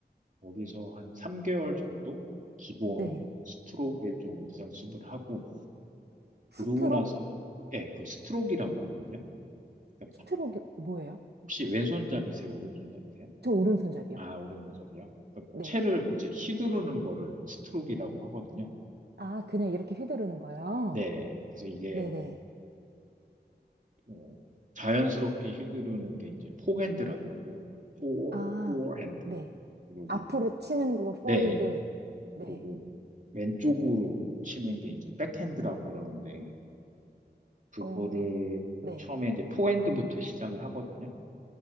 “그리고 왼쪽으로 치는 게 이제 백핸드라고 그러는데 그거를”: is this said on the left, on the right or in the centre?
Right